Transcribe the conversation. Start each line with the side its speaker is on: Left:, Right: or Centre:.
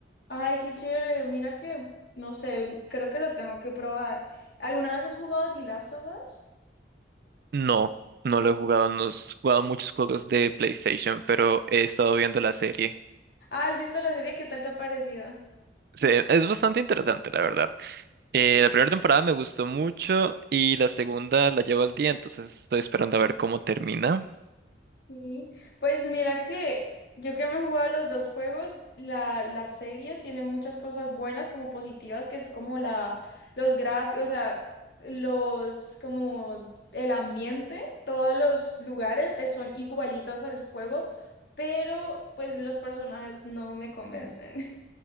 Left: ay, qué chévere. Mira que, no sé, creo que lo tengo que probar. ¿Alguna vez has jugado The Last of Us?
Right: No, no lo he jugado, no he jugado muchos juegos de PlayStation, pero he estado viendo la serie.
Left: Ah, ¿has visto la serie? ¿Qué tal te ha parecido?
Right: Se- es bastante interesante, la verdad. Eh, la primera temporada me gustó mucho y la segunda la llevo al día, entonces estoy esperando a ver cómo termina.
Left: Sí, pues mira que yo que me he jugado los dos juegos, la, la serie tiene muchas cosas buenas como positivas, que es como la, los gráficos, o sea, los, como el ambiente, todos los lugares eh, son igualitos al juego, pero pues los personajes no me convencen.